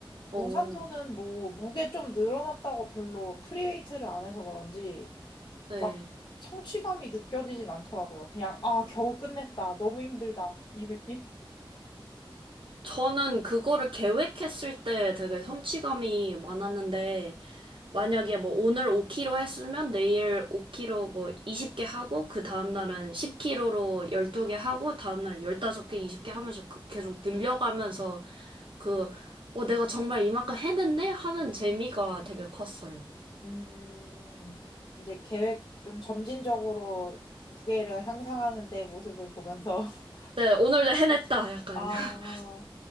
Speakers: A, on the right; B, on the left.
A: 어,
B: 무산소는 뭐 무게 좀 늘어났다고 별로 프리웨이트를 안 해서 그런지
A: 네.
B: 막 성취감이 느껴지진 않더라고요. 그냥 아 겨우 끝냈다. 너무 힘들다. 이 느낌.
A: 저는 그거를 계획했을 때 되게 성취감이 많았는데, 만약에 뭐 오늘 5kg 했으면 내일 5kg 뭐 20개 하고, 그 다음날은 10kg로 12개 하고, 다음날은 15개, 20개 하면서 그- 계속 늘려가면서 그, 어, 내가 정말 이만큼 해냈네? 하는 재미가 되게 컸어요.
B: 음, 이제 계획 좀 점진적으로 무게를 향상하는 내 모습을 보면서. <laughs>
A: 네, 오늘도 해냈다. 약간.
B: 아,
A: <laughs>